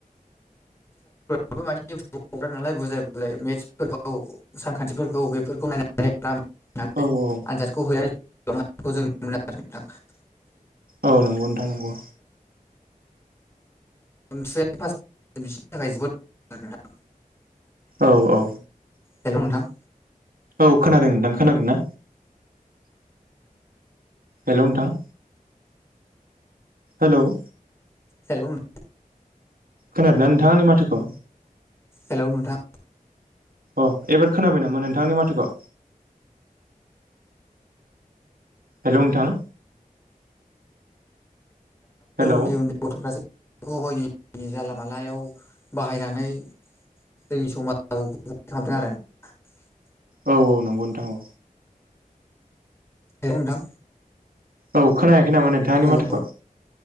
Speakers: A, on the left; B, on the right.
A: म्रा नालाय बुजाय बुजाय मेट्सफोरखौ सानखान्थिफोरखौ बेफोरखौ नायनानै आरो न
B: औ औ
A: आनजादखौ हो खालाम जों नुनो मोनो आरो नोंथां। <unintelligible>
B: औ नंगौ नोंथां नंगौ।
A: बिसनि थाखाय जोबोद आ <unintelligible>
B: औ औ।
A: हेल' नोंथां।
B: औ खोनादों नोंथां खोनादों ना? हेल' नोंथां! हेल'
A: हेल'
B: खोनादों ना नोंथां आंनि माथोखौ?
A: हेल' नोंथां
B: अ एबार खोनाबाय नामा नोंथांआआंनि माथोखौ? हेल' नोंथां हेलौ
A: उन्दै उन्दै गथ'फ्रासो जानला मानलायाव बाहायनानै जोंनि समाजाव खालामदों आरो। <unintelligible>
B: औ औ नंगौ नोंथां औ।
A: नोंथां। <inaudible>
B: औ खोनायाखै नामा नोंथांआआंनि
A: हेल'
B: माथोखौ?